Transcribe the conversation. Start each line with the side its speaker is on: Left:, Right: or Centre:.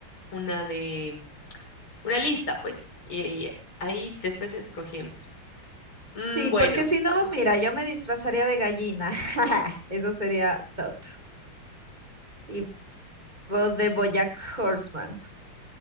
Left: una de una lista, pues, y ahí después escogemos. Mm,
Right: Sí,
Left: bueno,
Right: porque si no, mira, yo me disfrazaría de gallina. <laughs> Eso sería top. Y vos de BoJack Horseman.